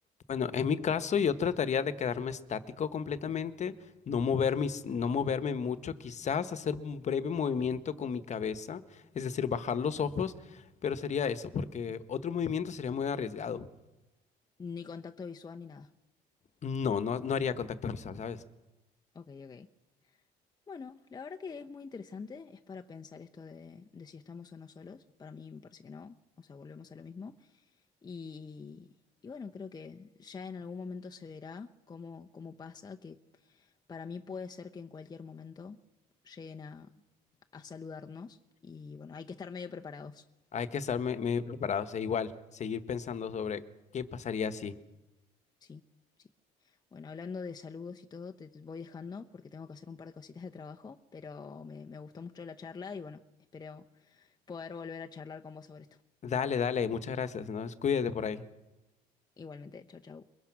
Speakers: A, on the left; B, on the left.
A: Bueno, en mi caso yo trataría de quedarme estático completamente, no mover mis, no moverme mucho, quizás hacer un breve movimiento con mi cabeza, es decir, bajar los ojos, pero sería eso, porque otro movimiento sería muy arriesgado.
B: Ni contacto visual ni nada.
A: No, no, no haría contacto visual, ¿sabes?
B: Ok, ok. Bueno, la verdad que es muy interesante, es para pensar esto de, de si estamos o no solos. Para mí me parece que no, o sea, volvemos a lo mismo. Y, y bueno, creo que ya en algún momento se verá cómo, cómo pasa, que para mí puede ser que en cualquier momento lleguen a, a saludarnos y bueno, hay que estar medio preparados.
A: Hay que estar me- medio preparado, o sea, igual, seguir pensando sobre qué pasaría si.
B: Sí, sí. Bueno, hablando de saludos y todo, te te voy dejando porque tengo que hacer un par de cositas de trabajo, pero me, me gustó mucho la charla y bueno, espero poder volver a charlar con vos sobre esto.
A: Dale, dale, muchas gracias, ¿no? Cuídate por ahí.
B: Igualmente, chau, chau.